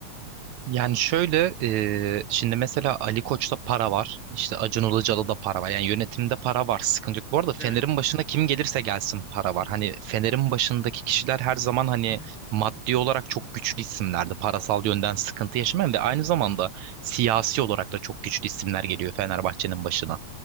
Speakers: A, on the right (about 75°); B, on the left (about 40°).
A: Yani şöyle e, şimdi mesela Ali Koç'ta para var. İşte Acun Ilıcalı'da da para var. Yani yönetimde para var. Sıkıntı yok. Bu arada Fener'in
B: Evet.
A: başına kim gelirse gelsin para var. Hani Fener'in başındaki kişiler her zaman hani
B: Hı hı.
A: maddi olarak çok güçlü isimlerdi. Parasal yönden sıkıntı yaşamayan ve aynı zamanda siyasi olarak da çok güçlü isimler geliyor Fenerbahçe'nin başına.